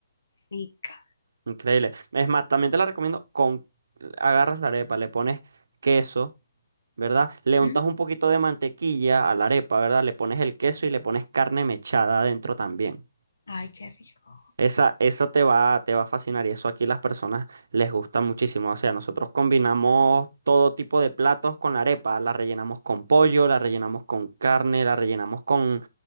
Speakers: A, on the left; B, on the right.
A: rica.
B: Increíble. Es más, también te la recomiendo con... Agarras la arepa, le pones queso, ¿verdad? Le
A: ¿Mm?
B: untas un poquito de mantequilla a la arepa, ¿verdad? Le pones el queso y le pones carne mechada adentro también.
A: Ay, qué rico.
B: Esa, eso te va, te va a fascinar y eso aquí las personas les gusta muchísimo. O sea, nosotros combinamos todo tipo de platos con la arepa. La rellenamos con pollo, la rellenamos con carne, la rellenamos con,